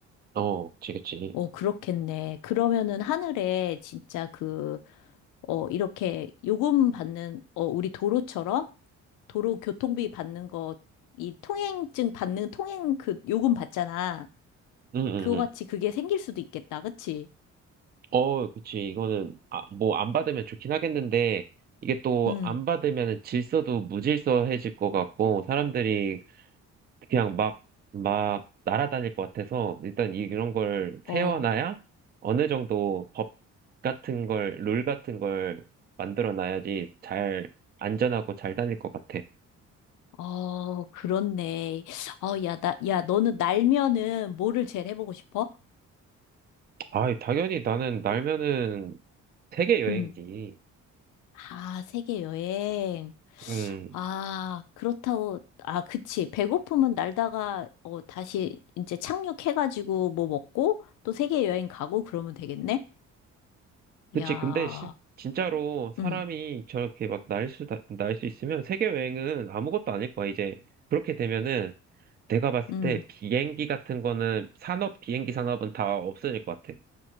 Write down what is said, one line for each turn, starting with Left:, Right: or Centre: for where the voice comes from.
Right: 어, 그치, 그치.
Left: 어, 그렇겠네. 그러면은 하늘에 진짜 그, 어, 이렇게 요금 받는, 어, 우리 도로처럼 도로 교통비 받는 거, 이 통행증 받는 통행 그 요금 받잖아.
Right: 응, 응,
Left: 그거
Right: 응.
Left: 같이 그게 생길 수도 있겠다. 그치?
Right: 어, 그치. 이거는, 아, 뭐 안 받으면 좋긴 하겠는데, 이게 또
Left: 응,
Right: 안 받으면 질서도 무질서해질 것 같고, 사람들이 그냥 막, 막 날아다닐 것 같아서 일단 이- 런 걸
Left: 어.
Right: 세워놔야 어느 정도 법 같은 걸, 룰 같은 걸 만들어 놔야지 잘 안전하고 잘 다닐 것 같아.
Left: 어, 그렇네. 어, 야, 나, 야, 너는 날면은 뭐를 제일 해보고 싶어?
Right: 아, 당연히 나는 날면은 세계 여행이지.
Left: 응. 아, 세계 여행.
Right: 음,
Left: 아, 그렇다고, 아, 그치. 배고픔은 날다가, 어, 다시 이제 착륙해가지고 뭐 먹고 또 세계 여행 가고 그러면 되겠네?
Right: 그치.
Left: 야,
Right: 근데 실 진짜로 사람이
Left: 응,
Right: 저렇게 막 날 수, 날 수 있으면 세계 여행은 아무것도 아닐 거야. 이제 그렇게 되면은 내가 봤을
Left: 응.
Right: 때 비행기 같은 거는 산업, 비행기 산업은 다 없어질 것 같아.